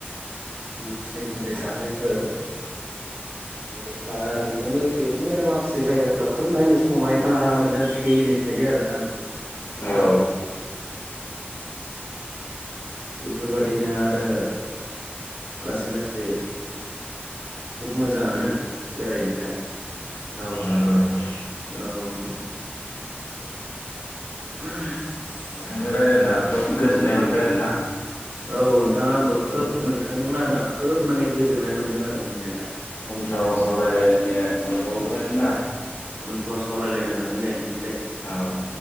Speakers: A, on the right (about 55°); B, on the left (about 75°).
A: ओम फिथाइ साम थाय जानायफोर निफ्राय आरो बेजों लोगोसे बिदिनो माखासे जायगाफोरा खोब नायनो समायना मोजां खिलिनै थायो आरो ना नोंथां।
B: औ
A: औ बेफोरबायादिनो आरो लासै लासै खोब मोजाङानो बेरायनोलाय
B: औ नंगौ नंगौ
A: औ <unintelligible>
B: नोंजों रायज्लायना खोब गोजोननाय मोनबाय आरोना
A: औ नोंथाङा आंबो खोब
B: नोंथां
A: नोंथांजोंनो आरोना खोब माने गोजोन्नाय मोन्दों आरो मोननायालाय
B: उनफ्राव सावरायलायनो मोनबावगोन ना
A: फ्राव सावरायलायनो हागोन दे नोंथां दे
B: औ